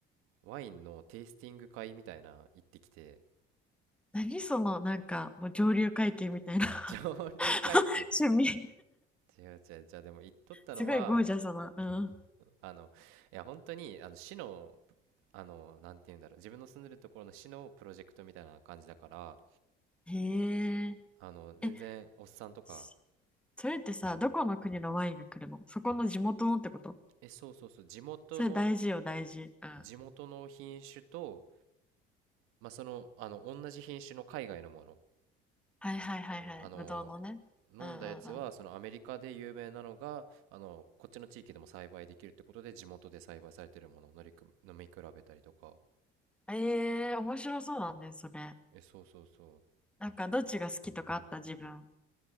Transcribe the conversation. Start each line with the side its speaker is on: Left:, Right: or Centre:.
Right: ワインのテイスティング会みたいな行ってきて、
Centre: 何そのなんかもう上流階級みたいな
Right: <laughs> 上流階級、
Centre: <laughs> 趣味
Right: 違う違う、じゃあでも行っとったのは、
Centre: すごいゴージャスなうん
Right: あの、いや本当に、あの、市の、あの、なんて言うんだろう、自分の住んでるところの市のプロジェクトみたいな感じだから、
Centre: へえ
Right: あの、全然おっさんとか、
Centre: えそそれってさどこの国のワインが来るのそこの地元のってこと
Right: え、そうそうそう、地元の、
Centre: それ大事よ大事うん
Right: 地元の品種と、まあ、その、あの、同じ品種の海外のもの
Centre: はいはいはいはい。
Right: うん、あの
Centre: ぶどうのね。
Right: 飲んだやつはそのアメリカで有名なのがあのこっちの地域でも栽培できるってことで地元で栽培されてるものを乗りく飲み比べたりとか
Centre: うんうんうん。ええー、面白そうだね、それ。
Right: えそうそうそう
Centre: なんか、どっちが好きとかあった自分。